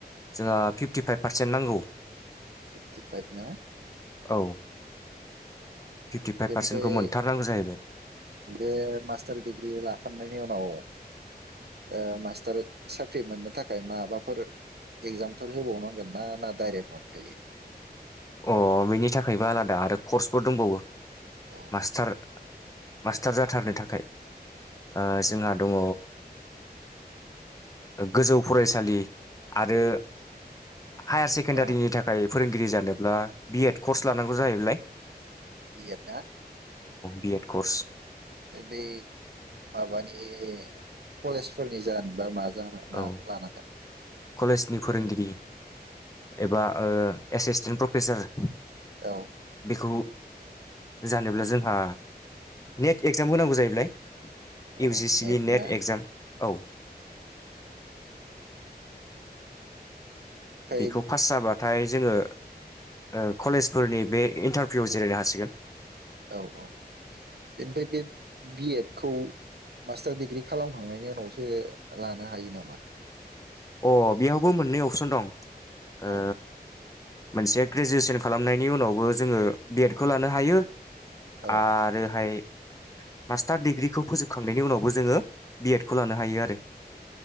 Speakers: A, on the left (about 20°); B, on the right (about 75°).
A: जोंहा फिफ्टिफाइभ पारसेन्ट नांगौ।
B: फिफटि फाइभ ना?
A: औ फिफ्टिफाइभ
B: बेनिफ्राय
A: पारसेन्टखौ मोनथारनांगौ जाहैबाय
B: बे मास्टार डिग्रि लाखांनायनि उनाव ओ मास्टार साख्रि मोननो थाखाय माबाफोर इकजामफोर होबावनांगोन ना ना डायरेक्ट मोनखायो?
A: अ बेनि थाखायबो आलादा आरो कर्सबो दंबावो।
B: औ
A: मास्टार मास्टार जाथारनो थाखाय ओ जोंहा दङ गोजौ फरायसालि आरो हायार सेकेण्डारिनि
B: औ
A: थाखाय फोरोंगिरि जानो ब्ला बि एड कर्स लानांगौ जाहैलाय
B: बि एड ना?
A: B Ed course.
B: ओ बै माबानि कलेजफोरनि जानोबा मा जानो मा
A: औ
B: लानांगोन?
A: कलेजनि फोरोंगिरि एबा ओ एसिसटेन्ट प्रफेसार
B: औ
A: बेखौ जानोब्ला जोंहा नेट एक्जाम होनांगौ जाहैबाय
B: औ
A: इउ जि सि नि नेट
B: ना
A: इक्जाम औ।
B: ओमफ्राय
A: बेखौ फास जाबा नाथाय जोङो ओ कलेजफोरनि बे इन्टारभिउआव जिरायनो हासिगोन
B: औ औ बेनिफ्राय बे बिएड खौ मास्टार दिडिग्रि खालामखांनायनि उनावसो लानो हायो नामा?
A: अ बेयावबो मोननै अपसन दं ओ
B: औ
A: मोनसे ग्रेजुवेसन खालामनायनि उनावबो जोङो बिएड खौ लानो हायो।
B: औ
A: आरोहाय मास्टार डिग्री खौ फोजोबखांनायनि उनावबो जोङो बिएड खौ लानो हायो आरो